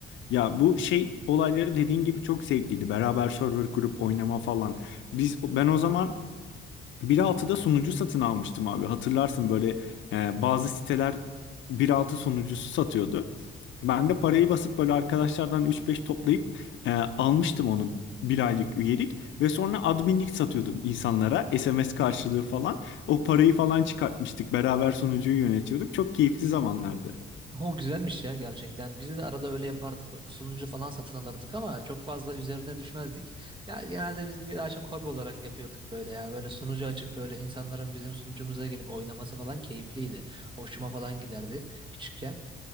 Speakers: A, on the left (about 70°); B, on the right (about 25°).
A: Ya bu şey olayları dediğin gibi çok zevkliydi. Beraber server kurup oynama falan. Biz ben o zaman bir altıda sunucu satın almıştım abi. Hatırlarsın böyle e, bazı siteler bir altı sunucusu satıyordu. Ben de parayı basıp böyle arkadaşlardan üç beş toplayıp e, almıştım onu bir aylık üyelik ve sonra adminlik satıyordum insanlara SMS karşılığı falan. O parayı falan çıkartmıştık. Beraber sunucuyu yönetiyorduk. Çok keyifli zamanlardı.
B: O güzelmiş ya gerçekten. Biz de arada öyle yapardık böyle. Sunucu falan satın alırdık ama çok fazla üzerine düşmezdik. Ya genelde biz daha çok hobi olarak yapıyorduk böyle ya. Böyle sunucu açıp böyle insanların bizim sunucumuza gelip oynaması falan keyifliydi. Hoşuma falan giderdi küçükken.